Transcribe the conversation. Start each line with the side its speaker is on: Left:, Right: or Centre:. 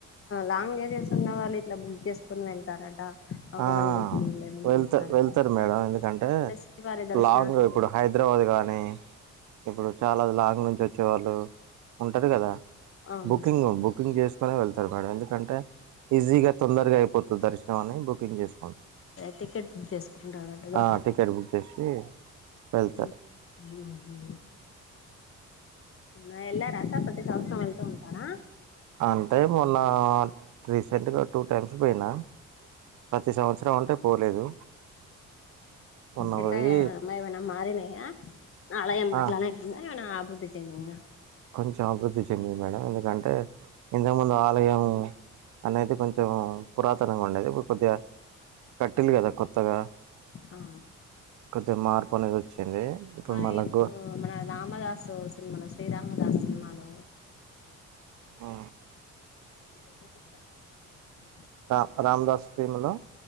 Left: లాంగ్ జర్నీసు ఉన్న వాళ్ళు ఇట్లా బుక్ చేసుకుని వెళ్తారట ఒక
Right: ఆ
Left: వన్ వీక్ ముందే బుక్
Right: వెళ్తా
Left: చేస్తారట
Right: వెళ్తారు మేడం ఎందుకంటే
Left: శ్రీవారి దర్శనాన్ని
Right: లాంగ్ ఇప్పుడు హైదరాబాద్ కానీ ఇప్పుడు చాలా లాంగ్ నుంచి వచ్చేవాళ్ళు ఉంటది కదా
Left: అవును
Right: బుకింగ్
Left: సార్
Right: బుకింగ్ చేసు కొని వెళ్తారు మేడం ఎందుకంటే ఈజీగా తొందరగా అయిపోతుంది దర్శనం అని బుకింగ్ చేసుకుంటాం
Left: టికెట్ చేసుకుంటార కదా
Right: ఆ టికెట్ బుక్ చేసి వెళ్తారు
Left: ఓ ఆహా వెళ్లారా సార్ ప్రతి సంవత్సరం వెళ్తూ ఉంటారా
Right: అంటే మొన్న రీసెంట్గా టూ టైమ్స్ పోయినా ప్రతి సంవత్సరం ఉంటే పోలేదు మొన్న
Left: ఎట్లే
Right: పోయి
Left: ఏమైనా మారినయా అలాగే
Right: ఆ
Left: అట్ల ఏమైనా అభివృద్ధి చెందిందా
Right: కొంచెం అభివృద్ధి చెందింది మేడం ఎందుకంటే ఇంతకుముందు ఆలయంము అదైతే కొంచెం పురాతనంగా ఉండేది ఇప్పుడు కొద్దిగా కట్టిల్లు కదా కొత్తగా
Left: ఆ
Right: కొద్ది మార్పు అనేది వచ్చింది
Left: మన
Right: మళ్ళా
Left: ఇప్పుడు
Right: గో
Left: మన రామదాస్ సినిమాలో శ్రీరామదాస్ సినిమాలో
Right: ఆ
Left: అందులో చూపిస్తాయా రేపు
Right: ఆ రామదాస్ ఫిల్మ్ లో